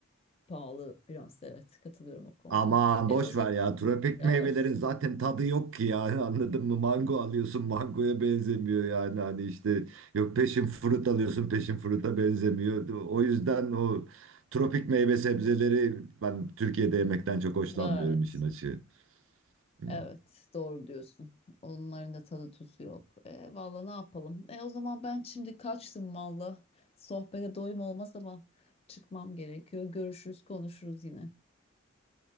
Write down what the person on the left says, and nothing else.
pahalı biraz evet katılıyorum o konuda.
E,
o zaman
evet
evet
Evet, doğru diyorsun. Onların da tadı tuzu yok. E, valla ne yapalım? E, o zaman ben şimdi kaçtım valla. Sohbete doyum olmaz ama çıkmam gerekiyor. Görüşürüz, konuşuruz yine.